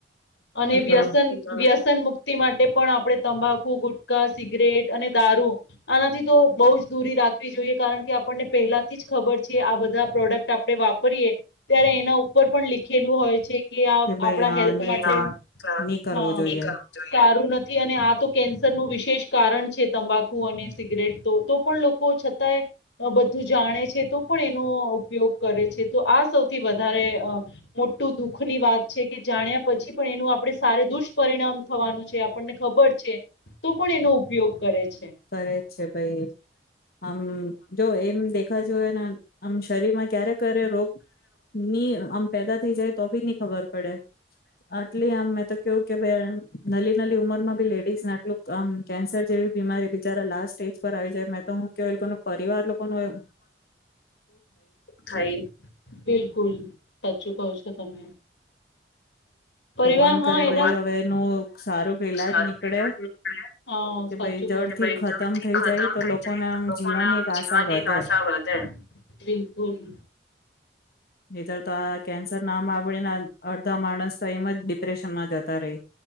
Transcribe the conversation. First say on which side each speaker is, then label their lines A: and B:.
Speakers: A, on the left; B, on the left.
A: અને
B: એ તો
A: વ્યસન વ્યસન મુક્તિ માટે પણ આપણે. તંબાકુ ગુટકાા સિગરેટ અને દારૂ આનાથી તો બહુ જ દૂરી રાખવી જોઈએ. કારણ કે આપણને પહેલાથી જ ખબર છે આ બધા પ્રોડક્ટ આપે વાપરીએ ત્યારે એના ઉપર પણ લીખેલું હોય છે. કે આ
B: ભાઈ
A: આપણા
B: હા
A: હેલ્પ
B: નહી
A: માં <inaudible>
B: કર નહી કરવું જોઈએ
A: નથી અને આ તો કેન્સરનુંું વિશેષ કારણ છે તંબાકુ અને સિગરેટ તો તો પણ લોકો છતાંય બધું જાણે છે તો પણ એનો ઉપયોગ કરે છે તો આ સૌથી વધારે મોટું દુઃખની વાત છે કે જાણ્યા પછી. પણ એનું આપે સ દુષ્પરિણામ થવાનું છે આપણને ખબર છે તો પણ એનો ઉપયોગ કરે છે.
B: કરે જ છે ભાઈ આમ જો એમ દેખા જોને આમ શરીર માં ક્યારે ક્યારે રોગ ની આમ પેદા થઈ જાય તો બી નહી ખબર પડે આટલી આમ મેં તો કેવું કે ભાઈ નલી નલી ઉંમર માં ભી લેડીઝને આટલું આમ કેન્સર જેવી બીમારી. લાસ્ટ સ્ટેજ પર આવી જાય મેં તો હું કેય એ લોકો ન પરિવાર લોકો ન એ
A: ખાય બિલકુલ સાચું કવ છું. તો તમે પરિવાર
B: ભગવાન
A: હા
B: કરે
A: એ
B: ભાઈ હવે એનું સારું ઈલાજ
A: સારુંલા
B: નીકળે
A: સાું
B: કે ભાઈ
A: જડથી
B: ખતમ થઈ
A: ખતમ
B: જાય તો
A: થઈ
B: લોકોને
A: જાય
B: આમ
A: તો લોકો
B: જીવવાની
A: ના આમ
B: એક
A: જીવનની
B: આશા વધે
A: આશા વધે બોલી
B: ધર તો આ કેન્સર ના મા આવડીને અડધા માણસ. તો એમ જ ડિપ્રેશનમાં જતા રહી